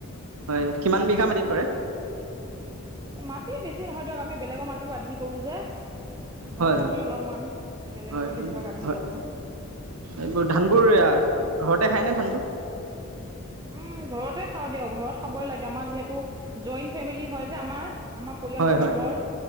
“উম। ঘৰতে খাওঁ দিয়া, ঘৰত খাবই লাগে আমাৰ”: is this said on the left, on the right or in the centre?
Right